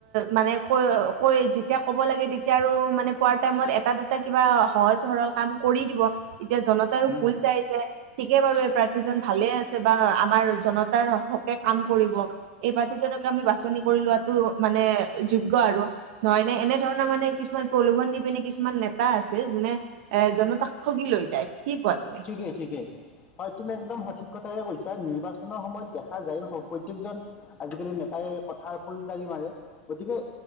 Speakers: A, on the right (about 60°); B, on the left (about 25°).
A: মানে কয় কয় যেতিয়া ক'ব লাগে তেতিয়া আৰু মানে পোৱাৰ টাইমত এটা, দুটা কিবা সহজ-সৰল কাম কৰি দিব। তেতিয়া জনতায়ো
B: হুম
A: ভুল যায় যায়, ঠিকেই বাৰু এই প্ৰাৰ্থীজন ভালে আছে বা আমাৰ জনতাৰ হ হকে কাম কৰিব এই প্ৰাৰ্থীজনকে আমি বাছনি কৰি লোৱা টো মানে যোগ্য আৰু নহয় নে? এনে ধৰণৰ মানে কিছুমান প্ৰলোভন নিপিনী কিছুমান নেতা আ ছে যোনে এ জনতাক ঠগি লৈ যায়। কি কোৱা তুমি?
B: ঠিকেই ঠিকেই, হয় তুমি একদম সঠিক কথাই কৈছা, নিৰ্বাচনৰ সময়ত দেখা যায় হ প্ৰত্যেকজন আজিকালি নেতাই কথাৰ ফুল জাৰি গতিকে